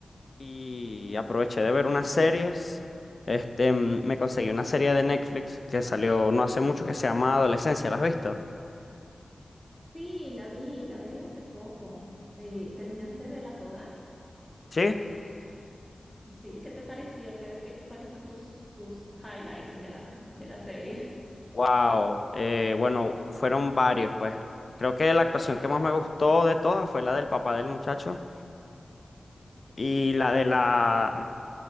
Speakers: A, on the left (about 45°); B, in the centre.
A: y aproveché de ver unas series. Este, mm, me conseguí una serie de Netflix que salió no hace mucho que se llama Adolescencia, ¿la has visto?
B: Sí, la vi, la vi hace poco. Eh, ¿terminaste de verla toda?
A: Sí.
B: Sí, ¿qué te pareció? ¿Qué, qué- cuáles son tus, tus highlights de la, de la serie? <laughs>
A: Wow. eh, bueno, fueron varios, pues. Creo que la actuación que más me gustó de todas fue la del papá del muchacho y la de la,